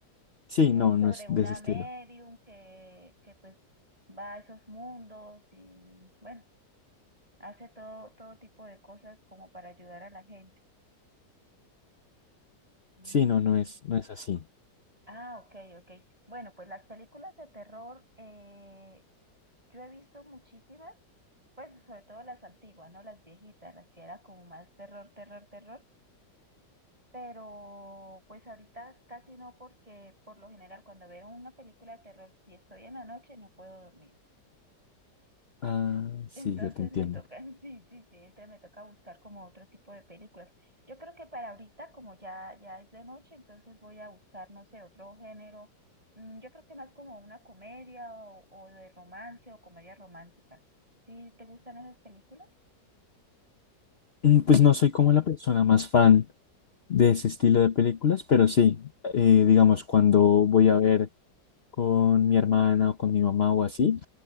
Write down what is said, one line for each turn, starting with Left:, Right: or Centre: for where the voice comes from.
Left: Sí,
Right: que
Left: no,
Right: es sobre
Left: no es
Right: una
Left: de ese estilo.
Right: medium que, que pues va a esos mundos y bueno, Hace todo, todo tipo de cosas como para ayudar a la gente. Mm,
Left: Sí, no, no es, no es así.
Right: Ah, ok, ok. Bueno, pues las películas de terror, eh, yo he visto muchísimas, pues sobre todo las antiguas, ¿no? Las viejitas, las que era como más terror, terror, terror. Pero pues ahorita casi no porque por lo general cuando veo una película de terror, si estoy en la noche no puedo dormir.
Left: Ah, sí,
Right: Entonces
Left: ya te entiendo.
Right: me toca, <laughs> sí, sí, sí, entonces me toca buscar como otro tipo de películas. Yo creo que para ahorita, como ya, ya es de noche, entonces voy a buscar, no sé, otro género. Mm, Yo creo que más como una comedia o, o de romance o comedia romántica. ¿Sí te gustan esas películas?
Left: Mm, Pues no soy como la persona más fan de ese estilo de películas, pero sí, eh, digamos, cuando voy a ver con mi hermana o con mi mamá o así,